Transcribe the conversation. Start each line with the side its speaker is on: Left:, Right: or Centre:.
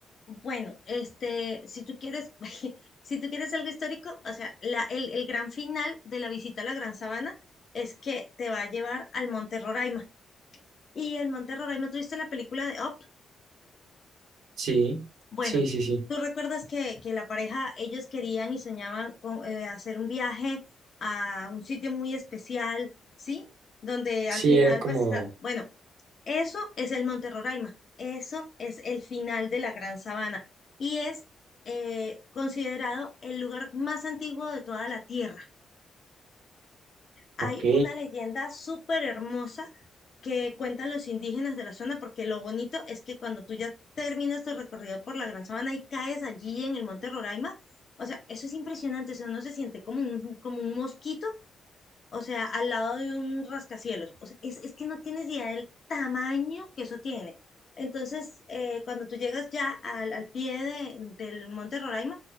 Left: bueno, este, si tú quieres, <laughs> si tú quieres algo histórico, o sea, la, el, el gran final de la visita a la Gran Sabana es que te va a llevar al Monte Roraima. Y el Monte Roraima, ¿tú viste la película de Up?
Right: Sí,
Left: Bueno,
Right: sí, sí, sí.
Left: tú recuerdas que, que la pareja, ellos querían y soñaban con eh, hacer un viaje a un sitio muy especial, ¿sí? Donde
Right: Sí,
Left: al final,
Right: era como,
Left: pues está, bueno, eso es el Monte Roraima, eso es el final de la Gran Sabana y es eh, considerado el lugar más antiguo de toda la Tierra. Hay
Right: ok,
Left: una leyenda súper hermosa que cuentan los indígenas de la zona, porque lo bonito es que cuando tú ya terminas tu recorrido por la Gran Sabana y caes allí en el Monte Roraima, o sea, eso es impresionante, o sea, uno se siente como un, como un mosquito o sea, al lado de un rascacielos. O sea, es, es que no tienes idea del tamaño que eso tiene. Entonces, eh, cuando tú llegas ya al, al pie de- del Monte Roraima,